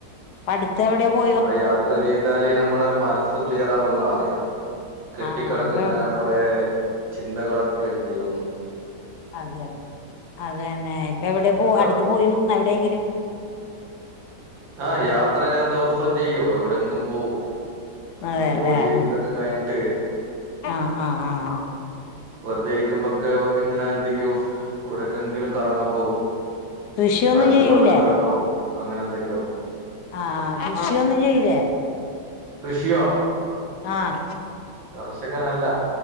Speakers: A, on the left; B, on the right.
A: അടുത്തെവിടെ പോ
B: നമ്മള് യാത്ര ചെയ്താലേ നമ്മടെ മനസ്സ്ക്ലിറാകുന്നറിയ കെട്ടിക്കടക്കുന്ന
A: ആ ഇപ്പൊ
B: നമ്മടെ ചിന്തകളൊക്കെ എന്ത്യ്യും
A: അതെ അതന്നെ ഇപ്പെ എവിടെ പോ
B: ഒക്കെ
A: അടുത്ത്
B: ആവും
A: പോയിരുന്ന എവിടെങ്കിലും
B: ആഹ് യാത്ര അങ്ങനെ ദെവസൊം ചെയ്യോ എവിടെങ്ങും പോവും നമ്മള്
A: അതെല്ലേ
B: ജോലി
A: ഉം.
B: ഇതൊക്കെ കയിഞ്ഞിട്ടേ
A: ആ ആ ആഹ്
B: വെറുതെരിക്കുമ്പൊക്കെ ഇങ്ങനെ എന്തെങ്കിലും എവിടെക്കെങ്കിലും കറങ്ങാൻ പോകും
A: കൃഷിയൊന്നും
B: അടുത്ത്
A: ചെയ്യൂലേ
B: വെള്ളച്ചാട്ടോ അങ്ങനെ എന്തെങ്കിലോം
A: ആഹ് കൃഷിയൊന്നും ചെയിലേ
B: കൃഷിയോ
A: ആഹ്
B: കർഷകനല്ല